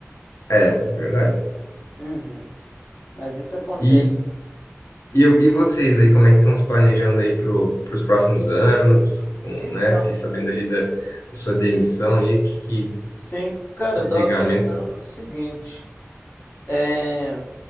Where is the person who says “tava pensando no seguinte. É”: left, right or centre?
Left